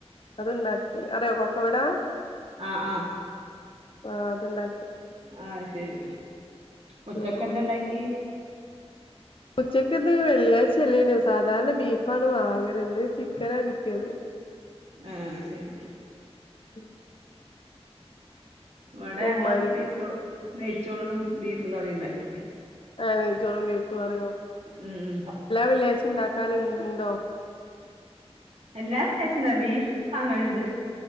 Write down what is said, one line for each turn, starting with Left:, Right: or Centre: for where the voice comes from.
Left: അതുണ്ടാക്കി അറിയോ കൊക്കവടാ
Right: ആഹ് ആഹ്
Left: ആഹ് അത്ണ്ടാക്കി
Right: ആഹ് അയ്ശരി ഉച്ചക്കന്തണ്ടാക്കി
Left: ഉം ഉം ഉച്ചക്ക് ഇത് വെള്ളിയാഴ്ചയല്ലേനോ സാധാരണ ബീഫാണ് വാങ്ങല് ഇന്ന് ചിക്കനാ കിട്ടിയത്
Right: ആഹ് അയ്ശരി
Left: ഉം
Right: ഇവിടെ ഞങ്ങൾ
Left: ഉമ്മാരി
Right: നെയിച്ചോ നേയ്ച്ചോറും ബീഫ് കറി ഉണ്ടാക്കി
Left: <unintelligible> അറിയോ
Right: ഉം ഉം
Left: എല്ലാ വെള്ളിയാഴ്ച ഇണ്ടാക്കാലും ഇണ്ടോ
Right: എല്ലാം വെള്ളാഴ്ച്ചന്താ ബീഫ് വാങ്ങലണ്ട്